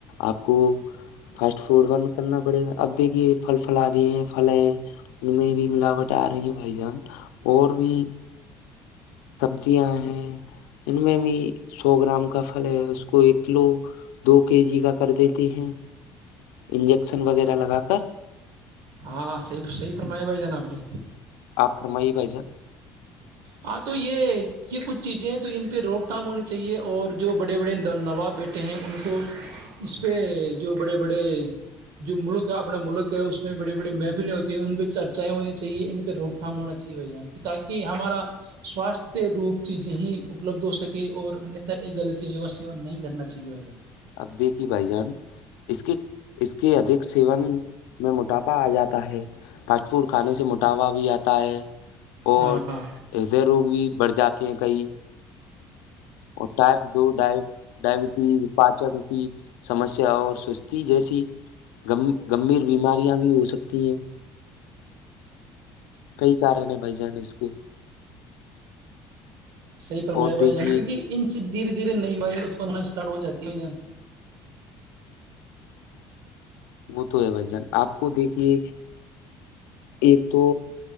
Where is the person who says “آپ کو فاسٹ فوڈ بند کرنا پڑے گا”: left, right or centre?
Left